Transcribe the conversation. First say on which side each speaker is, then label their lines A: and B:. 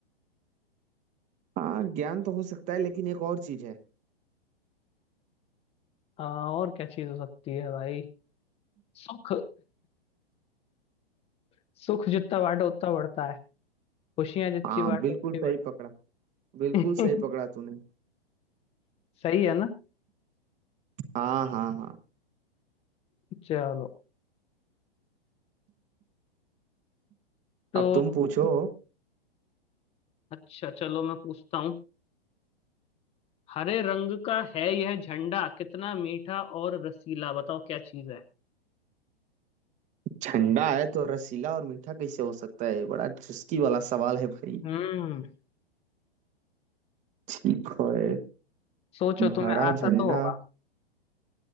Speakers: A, on the right (about 25°); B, on the left (about 20°).
A: हाँ ज्ञान तो हो सकता है लेकिन एक और चीज है
B: आ, और क्या चीज हो सकती है भाई सुख <laughs> सुख जितना बांटो उतना बढ़ता है खुशियां जितनी
A: हाँ
B: बांटो
A: बिल्कुल
B: उतनी
A: सही
B: बढ़ती
A: पकड़ा बिल्कुल
B: <laughs>
A: सही
B: हैं।
A: पकड़ा तूने
B: सही है ना
A: हाँ हाँ हाँ
B: चलो तो
A: अब तुम पूछो
B: अच्छा चलो मैं पूछता हूँ हरे रंग का है यह झंडा कितना मीठा और रसीला बताओ क्या चीज है
A: ठंडा है तो रसीला और मीठा कैसे हो सकता है बड़ा चुस्की वाला सवाल है भाई
B: हम्म
A: ठीक है
B: सोचो तुम्हें
A: हरा
B: आता
A: झंडा
B: तो होगा